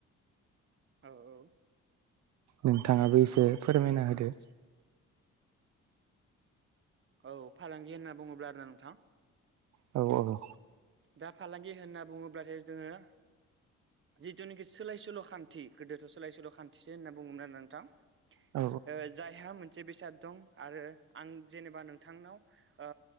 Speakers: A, on the right; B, on the right.
A: औ-औ।
B: नोंथाङाबो एसे फोरमायना होदो?
A: औ फालांगि होनना बुङोब्ला आरोना नोंथां।
B: औ-औ।
A: दा फालांगि होनना बुङोब्लासो जोङो जिथुनाखि सोलाय-सोल' खान थि गोदोथ'सोलाय सोल' खान्थिसो होननानै बुङोमोन आरो ना नोंथां।
B: औ
A: ओ जाय बेहा मोनसे बेसाद दं आरो आं जेनेबा नोंथांनाव ओ